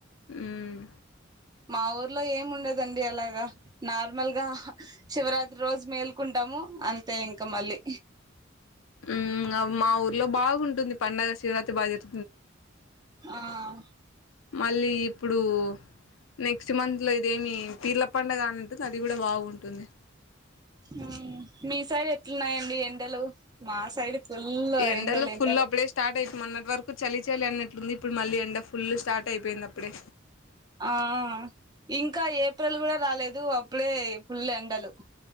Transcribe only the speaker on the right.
మా ఊర్లో ఏమి ఉండదండి అలాగా. నార్మల్గా శివరాత్రి రోజు మేల్కుంటా ము అంతే ఇంకా మళ్ళీ
ఆహ్
ఉహ్మ్ మీ సైడ్ ఎట్లున్నాయండి ఎండలు? మా సైడ్ ఫుల్
ఎండలు
ఎండలు
ఆ ఇంకా ఏప్రిల్ గూడా రాలేదు. అప్పుడే ఫుల్ ఎండలు